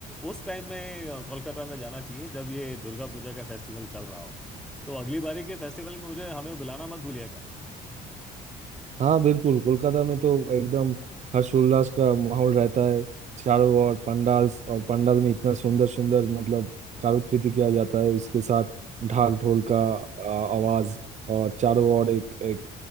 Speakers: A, in the centre; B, on the right (about 45°).
A: उस टाइम में अ, कोलकाता में जाना चाहिए जब ये दुर्गा पूजा का फेस्टिवल चल रहा हो तो अगली बारी के फेस्टिवल में मुझे हमें बुलाना मत भूलिएगा
B: हाँ बिल्कुल कोलकाता में तो एकदम हर्षोल्लास का माहौल रहता है चारों ओर पंडाल और पंडाल में इतना सुंदर सुंदर मतलब कारुकृति किया जाता है उसके साथ ढाक
A: हाँ हाँ
B: ढोल का आ, आवाज और चारों ओर एक एक